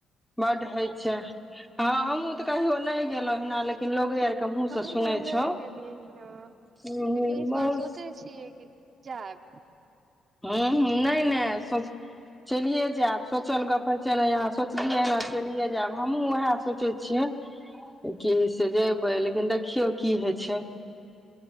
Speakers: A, in the centre; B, on the right (about 45°).
A: बड्ड होइ छै हँ हमहुँ तऽ कहियो नहि गेलहुँ हना लेकिन लोगे मुँहसँ
B: हमहु
A: सुनै
B: ने
A: छौ
B: गेलिय हिया
A: बहुत
B: बार सोचै छियै कि जाएब
A: हुँ हुँ नहि नहि सो चलिए जायब सोचल गप्प होै छै ने अहाँ सोचलियै हन चलिए जायब हमहूँ उएह सोचै छियै कि से जयबै लेकिन देखियौ की होइ छै